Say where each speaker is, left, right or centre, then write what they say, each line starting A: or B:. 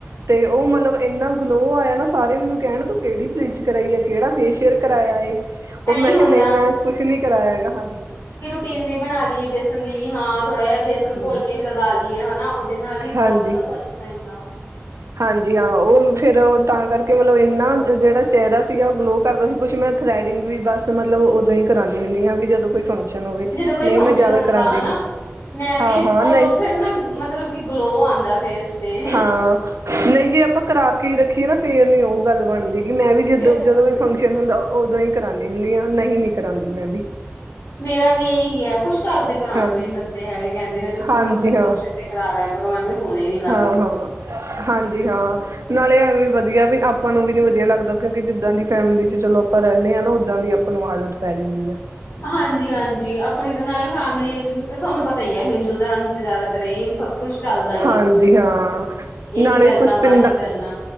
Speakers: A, on the right; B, on the left.
A: ਤੇ ਉਹ ਮਤਲਬ ਇੰਨਾ ਗਲੋ ਆਇਆ ਨਾ, ਸਾਰੇ ਮੈਨੂੰ ਕਹਿਣ ਤੂੰ ਕਿਹੜੀ ਬਲੀਚ ਕਰਾਈ ਹੈ। ਕਿਹੜਾ ਫੇਸ਼ੀਅਲ ਕਰਵਾਾਇਆ ਹ?, ਉਹ
B: ਐਹੀ
A: ਮੈਂ ਕਿਹਾ
B: ਹੁੰਦਾ
A: ਨਹੀਂ, ਮੈਂ ਕੁਛ ਨੀ ਕਰਾਇਆ ਹੈਗਾ ਹਾਂਜੀ।
B: ਪਿੰਨੀ ਬਣਾ ਲਈਏ ਬੇਸਨ ਦੀ ਵੀ ਹਾਂ, ਥੋੜਾ ਜਿਹਾ ਬੇਸਨ ਘੋਲ
A: ਹਮ
B: ਕੇ ਲਗਾ ਲਈਏ ਹਨਾ। ਦੇ ਨਾਲ ਵੀ ਬੋਤ
A: ਹਾਂਜੀ
B: ਜ਼ਿਆਦਾ ਫ਼ਰਕ ਪੈਂਦਾ।
A: ਹਾਂਜੀ- ਹਾਂ, ਉਹ ਫਿਰ ਤਾਂ ਕਰਕੇ ਮਤਲਬ ਇੰਨਾ ਜਿਹੜਾ ਚਿਹਰਾ ਸੀਗਾ, ਉਹ ਗਲੋ ਕਰਦਾ ਸੀ, ਕੁਛ ਮੈਂ ਥੈਰੇਡਿਂਗ ਵੀ ਬਸ ਮਤਲਬ ਉਦੋਂ ਹੀ ਕਰਾਨੀ ਹੁੰਨੀ ਹਾਂ, ਵੀ ਜਦੋਂ ਕੋਈ ਫੰਕਸ਼ਨ ਹੋਵੇ
B: ਜਦੋਂ ਕੋਈ
A: ਨਹੀਂ
B: ਫੰਕਸ਼ਨ
A: ਮੈਂ ਜ਼ਿਆਦਾ
B: ਹੁੰਦਾ
A: ਕਰਾਉਂਦੀ
B: ਹਨਾ।
A: ਨੀ
B: ਮੈਂ
A: ਹਾਂ
B: ਵੀ
A: ਹਾਂ ਨਹੀਂ
B: ਉਦੋਂ ਫਿਰ ਨਾ, ਮਤਲਬ ਕਿ ਗਲੋ ਆਂਦਾ ਫੇਸ ਤੇ।
A: ਹਾਂ। ਨਹੀਂ ਜੇ ਆਪਾਂ ਕਰਾ ਕੇ ਹੀ ਰੱਖੀਏ ਨਾ, ਫੇਰ ਨੀ ਉਹ ਗੱਲ ਬਣਦੀ, ਕਿ ਮੈਂ ਵੀ ਜਦੋਂ-
B: ਫੇਰ ਉਹ
A: ਜਦੋਂ
B: ਗੱਲ
A: ਕੋਈ
B: ਨੀ
A: ਫੰਕਸ਼ਨ ਹੁੰਦਾ। ਉਦੋਂ ਹੀ ਕਰਾਂਦੀ ਹੁੰਦੀ ਹਾਂ, ਨਹੀਂ-ਨੀ ਕਰਾਦੀ ਮੈਂ ਵੀ।
B: ਮੇਰਾ ਵੀ ਇਹੀ ਹੈ, ਕੁਛ ਘਰ ਦੇ ਕਰਾਣ
A: ਹਾਂਜੀ
B: ਵੀ ਨੀ ਦੰਦੇ ਹੈਗੇ, ਕਹਿੰਦੇ ਨੇ ਤੁਸੀਂ
A: ਹਾਂਜੀ
B: ਫੰਕਸ਼ਨ-
A: ਹਾਂ
B: ਫੁਕਸ਼ਨ ਦੇ ਕਰਾ ਲਿਆ ਕਰੋ, ਐਵੇਂ ਸੋਣੇ ਨੀ ਲੱਗਦੇ।
A: ਹਾਂ-ਹਾਂ, ਹਾਂਜੀ- ਹਾਂ। ਨਾਲੇ ਐਂਵੇ ਵੀ ਵਧੀਆ ਬਈ, ਆਪਾਂ ਨੂੰ ਵੀ ਨਹੀਂ ਵਧੀਆ ਲਗਦਾ, ਕਿਓਂ ਕੀ ਜਿੱਦਾਂ ਦੀ ਫੈਮਿਲੀ ਚ ਚਲੋ ਆਪਾਂ ਰਹਿੰਦੇ ਹਾਂ ਨਾ, ਓਹਦਾ ਦੀ ਆਪ ਹੋਣ ਆਦਤ ਪੈ ਜਾਂਦੀ ਹੈ।
B: ਹਾਂਜੀ- ਹਾਂਜੀ ਆਪਣੀ ਤਾਂ ਨਾਲੇ ਫੈਮਿਲੀ, ਤੁਹਾਨੂੰ ਪਤਾ ਹੀ ਹੈ ਹਿੰਦੂ ਧਰਮ ਚ ਇਹ ਹੀ ਸਭ ਕੁੱਛ ਚੱਲਦਾ, ਹੀ
A: ਹਾਂਜੀ
B: ਆ।
A: ਹਾਂ।
B: ਇਹ
A: ਨਾਲੇ
B: ਨੀ ਕਰਨਾ,
A: ਕੁਛ
B: ਵਾਹ
A: ਪਿੰਡਾਂ
B: ਨੀ ਕਰਨਾ